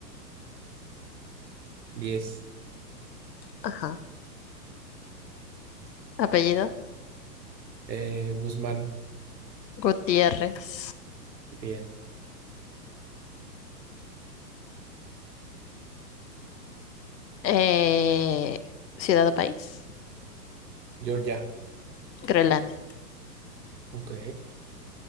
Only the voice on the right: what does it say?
diez.
Eh, Guzmán.
Bien.
Georgia.
Ok.